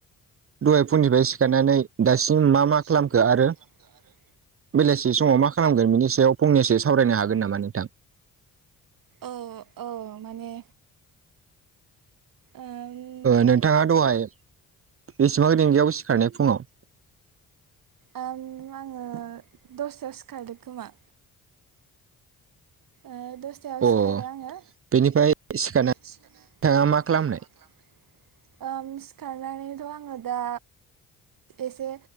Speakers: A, on the right; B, on the right.
A: दहाय फुनिफ्राय सिखारनानै दासिम मा मा खालामखो
B: सिम मा
A: आरो
B: मा खालामखो आरो
A: बेलासि समाव मा खालामगोन बिनि सायाव फंनैसो सावरायनो हागोन नामा नोंथां
B: औ औ माने आओं
A: नोंथाङा दहाय बेसेबां दििंगायाव सिखारनाय फुङाव
B: आङो दसे्रायाव सिखारदों खोमा ओ द फुथायायाव
A: अ
B: सिखारदों आङो
A: बेनिफ्राय सिखारनानै
B: सिखार मा
A: नोंथाङा खालामनाय
B: खालामनो सिखारनानैथ' आङो दा एसे